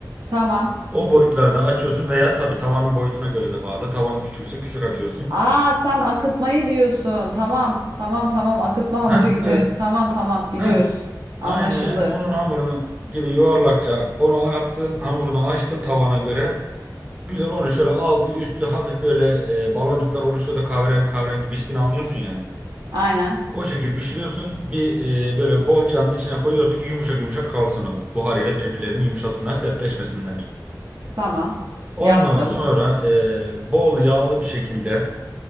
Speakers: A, on the right (about 70°); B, on the right (about 20°).
A: Tamam.
B: O boyutlarda açıyorsun veya tabii tavanın boyutuna göre de bağlı. Tavan küçükse küçük açıyorsun.
A: Aa sen akıtmayı diyorsun. Tamam. Tamam tamam. Akıtma hamuru
B: Heh,
A: gibi.
B: heh,
A: Tamam tamam biliyoruz.
B: heh.
A: Anlaşıldı.
B: Aynen onun hamurunu gibi yuvarlakça onu yaptın hamurunu açtın tavana göre. Güzel onu şöyle altı üstü hafif böyle e, baloncuklar oluşuyor da kahverengi kahverengi piştiğini anlıyorsun ya.
A: Aynen.
B: O şekil pişiriyorsun bir e, böyle bohçanın içine koyuyorsun ki yumuşak yumuşak kalsın o. Buharıyla birbirlerini yumuşatsınlar sertleşmesinler.
A: Tamam.
B: Ondan
A: Yaptım.
B: sonra e, bol yağlı bir şekilde.